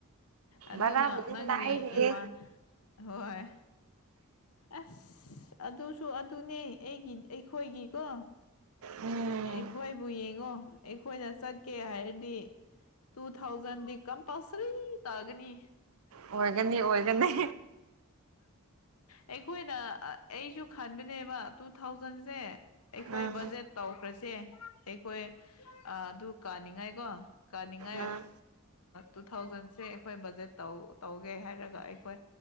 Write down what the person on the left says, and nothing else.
ꯑꯗꯨꯅ
ꯅꯪꯒꯤ
ꯏꯃꯥꯟ ꯍꯣꯏ꯫ ꯑꯁ ꯑꯗꯨꯁꯨ ꯑꯗꯨꯅꯦ ꯑꯩꯒꯤ ꯑꯩꯈꯣꯏꯒꯤꯀꯣ꯫
ꯑꯩꯈꯣꯏꯕꯨ ꯌꯦꯡꯉꯣ ꯑꯩꯈꯣꯏꯅ ꯆꯠꯀꯦ ꯍꯥꯏꯔꯗꯤ ꯇꯨ ꯊꯥꯎꯖꯦꯟꯗꯤ ꯀꯝꯄꯜꯁꯔꯤ ꯇꯥꯒꯅꯤ
ꯑꯩꯈꯣꯏꯅ ꯑꯩꯁꯨ ꯈꯟꯕꯅꯦꯕ ꯇꯨ ꯊꯥꯎꯖꯟꯁꯦ ꯑꯩꯈꯣꯏ
ꯕꯖꯦꯠ ꯇꯧꯈ꯭ꯔꯁꯦ ꯑꯩꯈꯣꯏ ꯑꯗꯨ ꯀꯥꯅꯤꯡꯉꯥꯏꯀꯣ ꯀꯥꯅꯤꯡꯉꯥꯏ
ꯇꯨ ꯊꯥꯎꯖꯟꯁꯦ ꯑꯩꯈꯣꯏ ꯕꯖꯦꯠ ꯇꯧ ꯇꯧꯒꯦ ꯍꯥꯏꯔꯒ ꯑꯩꯈꯣꯏ